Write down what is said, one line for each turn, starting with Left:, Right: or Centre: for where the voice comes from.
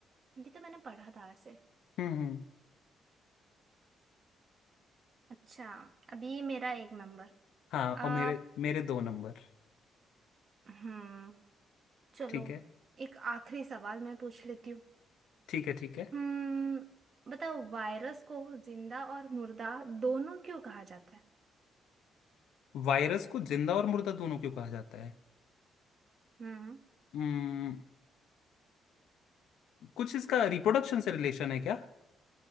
Right: ये तो मैंने पढ़ा था ऐसे
Left: हम्म हम्म
Right: अच्छा अभी मेरा एक नंबर
Left: हाँ
Right: आ
Left: और मेरे मेरे दो नंबर
Right: हम्म चलो
Left: ठीक है
Right: एक आखिरी सवाल मैं पूछ लेती हूँ
Left: ठीक है ठीक है
Right: हम्म बताओ वायरस को जिंदा और मुर्दा दोनों क्यों कहा जाता है
Left: वायरस को जिंदा और मुर्दा दोनों क्यों कहा जाता है
Right: हम्म
Left: हम्म कुछ इसका रिप्रोडक्शन से रिलेशन है क्या